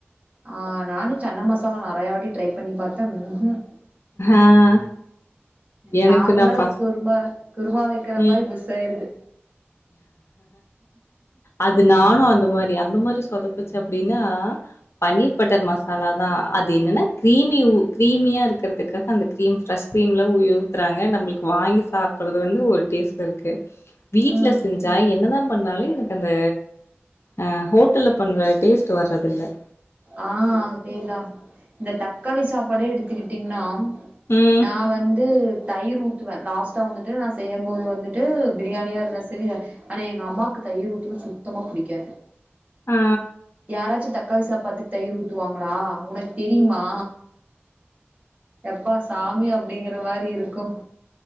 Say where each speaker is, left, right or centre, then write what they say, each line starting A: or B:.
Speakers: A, on the right; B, on the left.
A: ஆ நானு சன்ன மசாலா நறையா வாட்டி ட்ரை பண்ணி பாத்த ம்ஹும்
B: ஆ எனக்கு
A: நார்மலா
B: நா ஃபஸ்
A: குருமா குருமா வைக்கிற
B: ம்
A: மாரி புஸ் செய்யறது
B: அது நானு அந்த மாரி அந்த மாரி சொதப்புச்சு அப்டின்னா பன்னீர் பட்டர் மசாலா தா அது என்னன்னா கிரீமி ஊ கிரீமியா இருக்குறதுக்காக அந்த கிரீம் ஃபெரெஷ் கரீம்லா உய் உத்துறாங்க நம்மளுக்கு வாங்கி சாப்ட்றது வந்து ஒரு டேஸ்ட்லருக்கு வீட்டுல
A: ம்
B: செஞ்சா என்னதா பண்ணாலு எனக்கு அந்த ஆ ஹோட்டல்ல பண்ற டேஸ்ட் வர்றதுல்ல
A: ஆ அதேதா இந்த தக்காளி சாப்பாடே எடுத்துக்கிட்டீங்கன்னா
B: ம்
A: நா வந்து தயிர் ஊத்துவே லாஸ்ட்டா வந்துட்டு நா செய்யபோது வந்துட்டு ப்ரியாணியா இருந்தா செரி ஆனா எங்க அம்மாக்கு தயிர் ஊத்துனா சுத்தமா புடிக்காது
B: ஆ
A: யாராச்சும் தக்காளி சாப்பற்றத்துக்கு தயிரு ஊத்துவாங்களா உனக்கு தெரியுமா எப்பா சாமி அப்புடிங்கற மாறி இருக்கும்